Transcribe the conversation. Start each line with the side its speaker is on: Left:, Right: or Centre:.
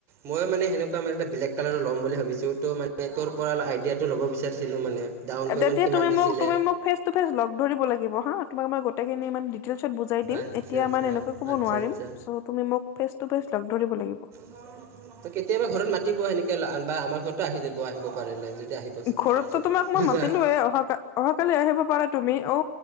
Right: মই মানে সেনেকুৱা মানে এটা ব্লেক কালাৰ ল'ম বুলি ভাবিছো ত' মানে তোৰ পৰা আইডিয়াটো লব বিচাৰিছোঁ মানে। ডাউন পে'মেণ্ট
Left: তেতিয়া
Right: কিমান
Left: তুমি
Right: দিছিলে
Left: মোক তুমি মোক ফেচ টু ফেচ লগ ধৰিব লাগিব। হাঁ তোমাক মই গোটেইখিনি ইমান ডিটেইলছত বুজাই দিম
Right: আচ্ছা
Left: এতিয়া
Right: আচ্ছা
Left: ইমান এনেকৈ ক'ব
Right: আচ্ছা
Left: নোৱাৰিম
Right: আচ্ছা
Left: চ' তুমি মোক ফেচ টো ফেচ লগ ধৰিব লাগিব।
Right: ত, কেতিয়াবা ঘৰত মাতিব সেনেকে বা আমাৰ ঘৰতো আহি যাব আহিব পাৰিলে যদি আহিব
Left: ঘৰতো তোমাক
Right: খোজা
Left: মই মাতিলোৱে অহা অহাকালি আহিব পাৰা তুমি অ